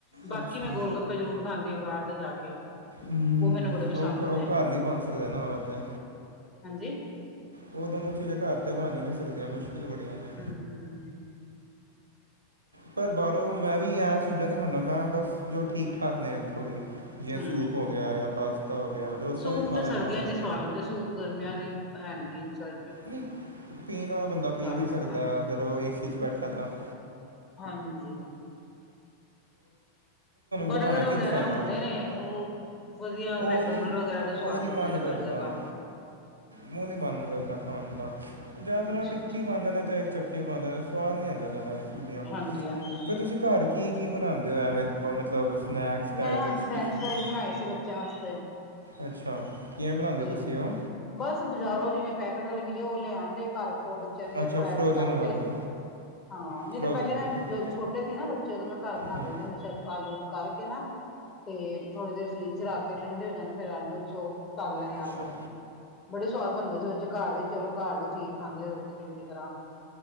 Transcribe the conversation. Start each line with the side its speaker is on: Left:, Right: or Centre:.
Left: ਬਾਕੀ
Right: ਅੱਛਾ
Left: ਮੈਂ ਗੋਲ-ਗੱਪਾ ਜ਼ਰੂਰ ਖਾਂਦੇ ਆ ਬਾਹਰ ਦੇ ਜਾ ਕੇ
Right: ਹੂੰ
Left: ਉਹ ਮੈਨੂੰ ਬੜੇ ਪਸੰਦ
Right: ਉਹ ਉਹ
Left: ਨੇ
Right: ਘਰ ਨੀ ਬਣ ਸਕਦਾ ਨਾ ਉਹ ਤੇ
Left: ਹਾਂਜੀ।
Right: ਉਹ ਦੋਨੋ ਚੀਜ਼ਾਂ ਘਰ ਤੇ ਬਣ ਹੀ ਨੀ ਸਕਦੀਆਂ, ਮੁਸ਼ਕਿਲ ਬੜੀਆਂ ਨੇ
Left: <unintelligible>
Right: ਪਰ ਬਾਹਰੋਂ ਮੈਂ ਵੀ ਇਹ ਚੀਜ਼ਾਂ ਨਹੀਂ ਖਾਂਦਾ ਮੈਂ ਬਸ ਜੋ ਠੀਕ-ਠਾਕ ਨੇ ਅ ਥੋੜ੍ਹੀ। ਜਿਵੇ
Left: ਹੂੰ
Right: ਸੂਪ ਹੋ ਗਿਆ ਜਾਂ ਪਾਸਤਾ ਹੋ ਗਿਆ ਡੋਸਾ
Left: ਸੂਪ
Right: ਵੀ ਖਾ
Left: ਤਾਂ
Right: ਲੈਂਦਾ
Left: ਸਰਦੀਆਂ
Right: ਮੈਂ
Left: ਚ ਹੀ ਸਵਾਦ ਲੱਗਦਾ ਸੂਪ ਗਰਮੀਆਂ ਦੇ ਹੈ ਨਹੀਂ ਸਰ
Right: ਨਹੀਂ ਪੀਣ ਵਾਲਾ ਬੰਦਾ ਪੀ ਵੀ
Left: ਲੱਗਦਾ
Right: ਸਕਦਾ, ਅਗਰ ਉਹ ਏਸੀ 'ਚ ਬੈਠਾ ਤਾਂ। <unintelligible>
Left: ਹਾਂਜੀ। ਬਰਗਰ
Right: ਬਣਾਉਣਾ ਕੀ
Left: ਵਗੈਰਾ
Right: ਪਸੰਦ
Left: ਹੁੰਦੇ
Right: ਹੈ
Left: ਨੇ ਉਹ ਵਧੀਆ
Right: ਉਹ
Left: ਮੈਕਡੋਨਲ
Right: ਨਹੀਂ
Left: ਵਗੈਰਾ ਦੇ ਸਵਾਦ
Right: ਉਹ ਨਹੀਂ
Left: ਹੁੰਦੇ
Right: ਮਨ
Left: ਨੇ
Right: ਕਰਦਾ
Left: ਬਰਗਰ ਤਾ।
Right: ਮੂੰਹ ਨੀ ਬੰਦ ਕਰਦਾ ਖਾਨ ਦਾ, ਜ਼ਿਆਦਾਤਰ
Left: ਅੱਛਾ
Right: ਓ ਟਿੱਕੀ
Left: ਅੱਛਾ
Right: ਪਾਦੇਂ ਨੇ ਤੇ ਚਟਨੀ ਪਾਦਾ ਸਵਾਦ ਨਈ ਆਦਾ ਜਾ਼ਦਾ ਵਧਆ
Left: ਹਾਂਜੀ ਹਾਂਜੀ
Right: ਫਿਰ ਤੁਸੀਂ ਘਰ ਕੀ-ਕੀ ਬਣਾਦੇ ਓ ਐਵੇਂ ਮਤਲਬ? ਸਨੈਕਸ ਟਾਈਪ
Left: ਮੈਂ ਅੱਜ
Right: ਅਚ
Left: ਫਰੈਂਚ
Right: ਤੁ
Left: ਫਰਾਈਜ਼
Right: ਸੀ
Left: ਬਣਾਏ ਸੀ ਬੱਚਿਆਂ ਵਾਸਤੇ
Right: ਅੱਛਾ, ਕਿਵੇ ਬਣਾਦੇ
Left: ਤੇ
Right: ਤੁਸੀਂ ਓ
Left: ਬਸ ਬਾਜ਼ਾਰੋਂ ਜਿਵੇਂ ਪੈਕੇਟ ਵਾਲੇ ਮਿਲੇ ਉਹ ਲਿਆ ਆਦੇ ਘਰ ਫ ਬੱਚਿਆਂ ਨੂੰ
Right: ਅੱਛਾ
Left: ਫਰਾਈ
Right: ਫਰੋਜ਼ਨ
Left: ਕਰਤੇ।
Right: ਵਾਲੇ
Left: ਹਾਂ ਨਈ
Right: ਫਰੋਜ਼ਨ
Left: ਤੇ ਪਹਿਲੇ
Right: ਵਾਲੇ
Left: ਮੈਂ ਜ ਛੋਟੇ ਸੀ ਨਾ ਬੱਚੇ ਉਦੋਂ ਮੈਂ ਘਰ ਬਣਾ
Right: ਹੂੰ
Left: ਦਿੰਦੇ ਹੁੰਦੇ ਸਿਰਫ ਆਲੂ ਕਰਕੇ ਨਾ ਤੇ ਥੋੜ੍ਹੀ ਦੇਰ ਫਰਿਜ ਚ ਰੱਖ ਕੇ ਠੰਡੇ ਹੋ ਜਾਣੇ ਫਰ ਆਲੂ ਚੋ ਤਲ ਲੈਣੇ
Right: ਅੱਛਾ
Left: ਆਲੂ, ਬੜੇ ਸਵਾਦ ਬਣਦੇ ਸੀ ਬੱਚੇ ਘਰ ਦੀ ਚਲੋ ਘਰ ਦੀ ਚੀਜ਼ ਖਾਂਦੇ ਸੀ ਬੱਚੇ ਚੰਗੀ ਤਰ੍ਹਾਂ।